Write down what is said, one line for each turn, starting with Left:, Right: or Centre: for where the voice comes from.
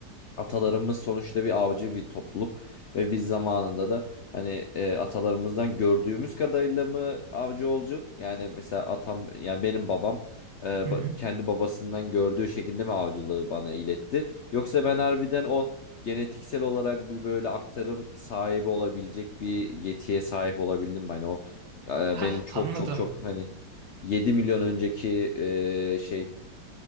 Left: atalarımız sonuçta bir avcı bir topluluk ve biz zamanında da hani e, atalarımızdan gördüğümüz kadarıyla mı avcı olacak? Yani mesela atam yani benim babam e, ba-
Right: Hı hı.
Left: kendi babasından gördüğü şekilde mi avcılığı bana iletti? Yoksa ben harbiden o genetiksel olarak bir böyle aktarım sahibi olabilecek bir yetiye sahip olabildim mi? Hani o e,
Right: Hah
Left: benim çok
Right: anladım.
Left: çok çok hani 7 milyon önceki e, şey